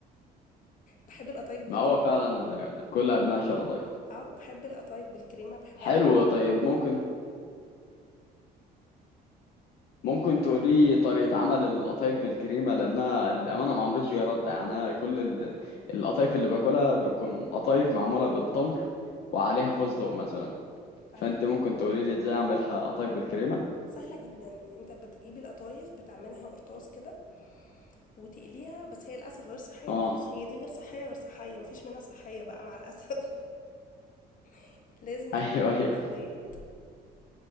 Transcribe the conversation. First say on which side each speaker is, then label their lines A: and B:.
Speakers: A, on the left; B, on the left.
A: بحب القطايف بالكريمة
B: ما هو فعلا كلها بنعشة لطيف
A: اه بحب القطايف بالكريمة بحبها
B: حلو
A: بالشوكولاتة
B: طيب ممكن ممكن تقولي طريقة عمل القطايف بالكريمة لأنها للأمانة ما عمريش جربتها يعني أنا كل ال- القطايف اللي باكلها بتكون قطايف معمولة بالتمر وعليها فستق مثلا
A: اه
B: فأنت ممكن تقولي لي إزاي أعملها قطايف بالكريمة؟
A: سهلة جدا انت بتجيب القطايف بتعملها قرطاس كده وتقليها بس هي للأسف غير صحية
B: آه
A: مفيش هي دي غير صحية غير صحية مفيش منها صحية بقى مع الأسف <laughs> لازم
B: <laughs> أيوه
A: تدخلها
B: أيوه
A: في الزيت